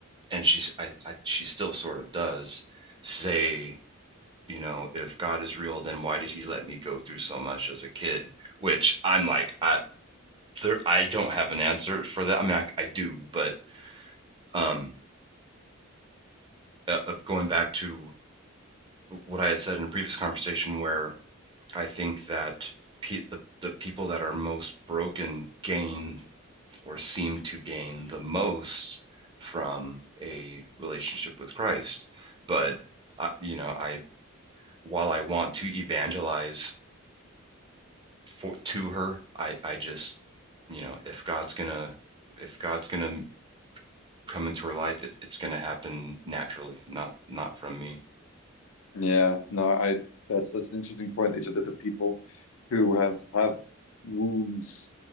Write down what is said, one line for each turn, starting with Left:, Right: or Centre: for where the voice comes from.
Right: and she's I, I she still sort of does say you know if god is real then why did he let me go through so much as a kid which i'm like i there i don't have an answer for that i mean i, I do but um uh, going back to what i had said in a previous conversation where I think that pe the, the people that are most broken gain or seem to gain the most from a relationship with Christ. But uh, you know, I while I want to evangelize for to her, I I just you know, if God's gonna if God's gonna come into her life, it, it's gonna happen naturally, not not from me.
Left: Yeah, no, I that's that's an interesting point. These are the, the people who have have wounds